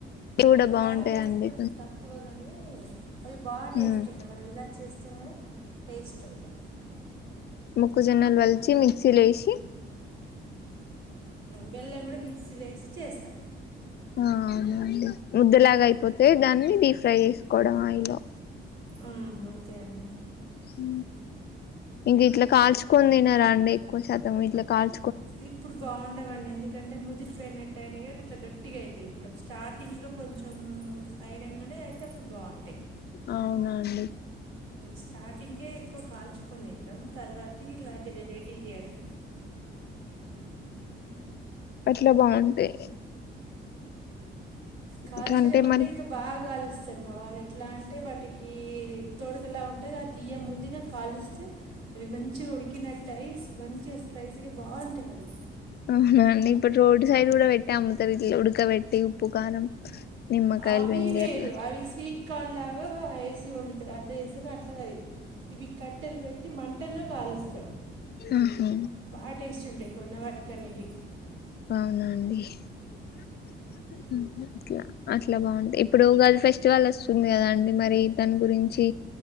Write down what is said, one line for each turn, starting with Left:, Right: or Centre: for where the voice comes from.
Left: కూడ
Right: కారం
Left: బాగుంటాయండి
Right: వేస్తే కొంచెం తక్కువగాని అవి బా టేస్ట్
Left: ఉమ్,
Right: ఉంటాయి మనం ఇలా చేస్తాం కదా టేస్ట్ ఉంటాయ్
Left: మొక్కజొన్న వల్చి మిక్స లేసి
Right: బెల్లం కూడ మిక్సీలో ఏసి చేస్తా
Left: అవునండి ముద్దలాగ అయిపోతే దాన్ని డీప్ ఫ్రై చేసుకోవడం అయిలో
Right: ఆ అంతే అండి
Left: హు ఇంక ఇట్లా కాల్చుకొని తినార అండి ఎక్కువ శాత ఇ కాల్
Right: ఇప్పుడు బాగుండవండి ఎందుకంటే ముదిరిపోయినట్టు గట్ట అయినా కాక ఇట్లా గట్టిగా అవుతయి ఇప్పుడు స్టార్టింగ్లో కొంచెం అయినా కానే అయితే అప్పుడు బాగుంటాయి
Left: అవునాండి
Right: స్టార్టింగే ఎక్కువ కాల్చుకుొని తినడం తర్వాత ఇలాంటి వెరైటీ చేయడం
Left: అట్లా బాగుంటాయి
Right: కాల్చడం
Left: ఇంకంటే
Right: అంటే
Left: మరి
Right: ఇంకా బాగా కాలు ఇస్తారు మా వారు ఎట్లా అంటే వాటికి తోడకలా ఉంటుంది అ తీయ్య ముందుగా కాలుస్తే అవి మంచిగా ఉడికినట్టటుయి మంచిగా స్పైసీగా బాగుంటాయి అవి
Left: ఆ నన్నడి ఇప్పు రోడ్ సైడ్ కూడా వెట్టామ్ముత వెెట్టి ఉప్పు కారం నిమ్మకాయలు
Right: అవి
Left: పిండి
Right: వేరు
Left: అట్లా
Right: అవి స్వీట్ కానిలాగా వేసి వండుతాడు అట్లా చేస్తడు అట్లాగా అ ఇవి కట్టెలు పెట్టి మంటల్లో కాలుస్తాడు
Left: ఆహా
Right: బాగా టేస్ట్ ఉంటాయి కొన్న వాటికి కనీవి
Left: బవునా అండిలా అట్లా బాగుంటంది ఇప్పుడు గది ఫెస్టివల్ వస్తుంది కదా అండి మరి దాని గురించి